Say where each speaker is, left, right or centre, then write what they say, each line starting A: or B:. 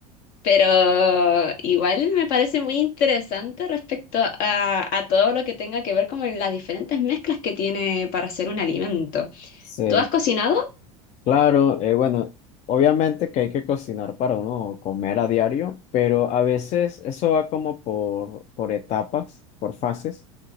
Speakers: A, on the left; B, on the left.
A: pero igual me parece muy interesante respecto a, a todo lo que tenga que ver como las diferentes mezclas que tiene para hacer un alimento.
B: Sí,
A: ¿Tú has cocinado?
B: claro, eh, bueno, obviamente que hay que cocinar para uno comer a diario, pero a veces eso va como por, por etapas, por fases,